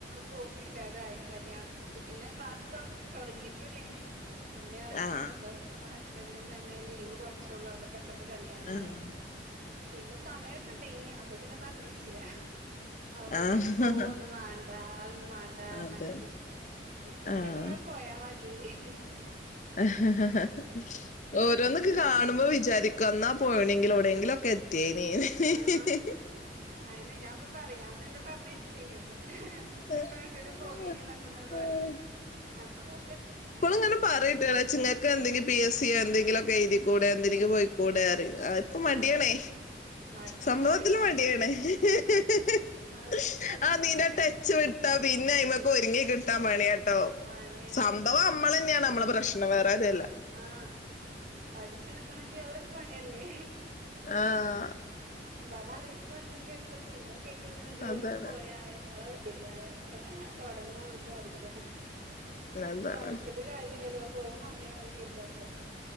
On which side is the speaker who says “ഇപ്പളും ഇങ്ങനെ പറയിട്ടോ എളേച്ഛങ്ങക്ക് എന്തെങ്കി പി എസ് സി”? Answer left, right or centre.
Left